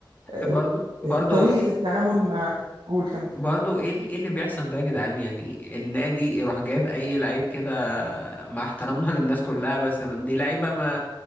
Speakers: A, on the right; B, on the left.
A: آه،
B: برضو برضو
A: آه، طريقه التعامل مع قول كمل
B: برضو ايه ال- ايه اللي بيحصل ده يا جدعان يعني النادي يروح جايب اي لعيب كده مع احترامنا <laughs> للناس كلها بس دي لعيبه ما